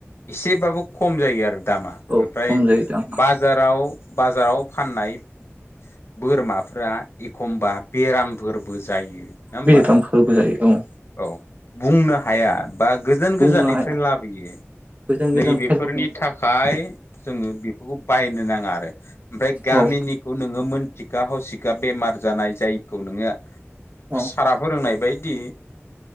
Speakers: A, on the left (about 60°); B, on the right (about 35°).
A: एसेबाबो खम जायो आरो दामा
B: औ
A: ओमफ्रायाज
B: खम जायो दामा
A: बाराव बाजाराव फाननाय बोरमाफोरा्रा एखमबा बेरामफोरबो जायो होमबा
B: बेराम फोरबो जायो औ
A: औ बुंनो हाया बा गोजान गोजाननिफ्राय
B: बुंनो हाया
A: लाबोयो
B: गोजान गोजाननिफ्राय
A: नैबेफोरनि
B: लाबोनायाव
A: थाखाय हाय जोङो बेफोरखौ बायनो नाङा आरो ओमफ्राय गामिनि
B: औ
A: खौ नोङो मोनथिखा हसिखा बेमार जानाय जायखौ नोङो
B: औ
A: सारा फोरोंनाय बायदि